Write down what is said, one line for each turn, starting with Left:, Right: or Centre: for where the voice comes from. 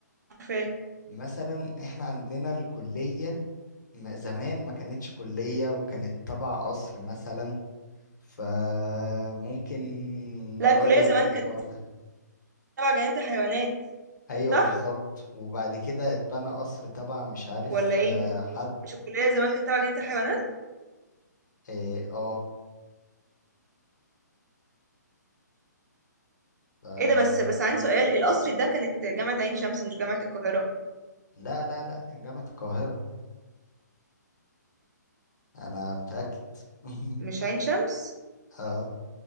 Right: عارفاه
Left: مثلا احنا عندنا الكلية ما- زمان ما كانتش كلية وكانت تبع قصر مثلا فممكن نغير
Right: لا الكلية زمان
Left: في الحوار
Right: كانت
Left: ده
Right: تبع جنينة الحيوانات
Left: ايوه
Right: صح
Left: بالظبط وبعد كده اتبنى قصر تبع مش عارف
Right: ولا ايه
Left: آه، حد
Right: مش الكلية زمان كانت تبع جنينة الحيوانات
Left: اه آه. ف...
Right: ايه ده بس بس عندي سؤال القصر ده كانت جامعة عين شمس مش جامعة القاهرة
Left: لا لا لا كان جامعة القاهرة انا متأكد <laughs>
Right: مش عين شمس
Left: اه